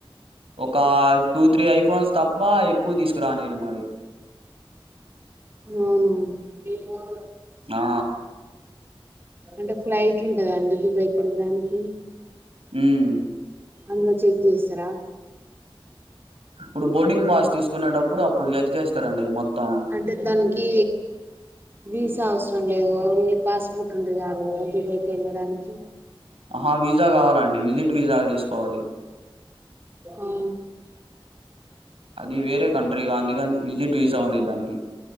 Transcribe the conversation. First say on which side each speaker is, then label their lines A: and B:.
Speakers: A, on the right; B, on the right.
A: ఒకా టు త్రీ ఐఫోన్స్ తప్ప ఎక్కువ తీసుకురానీరు మరి
B: అవునా
A: ఆ
B: అంటే ఫ్లైట్లుంటదా అండి దుబాయ్ కి ఎళ్ళడానికి
A: ఉమ్
B: అందులో చెక్ జేస్సరా
A: ఇప్పుడు బోర్డింగ్ పాస్ తీసుకునేటప్పుడు అప్పుడు ఎక్ చేేస్తారండి అవి మొత్తం
B: అంటే దానికీ వీసా అవసరం లేదు ఓన్లీ పాస్పోర్ట్ ఉంటె సాల్ గద దుబైకి ఎళ్ళడానికి
A: అహ వీజా గావాలండి విజిట్ వీజాగ తీసుకోవాలి
B: ఆ.
A: అది వేరే కంట్రీ గా అందుకని విజిట్ వీసా ఉండిద్దానికి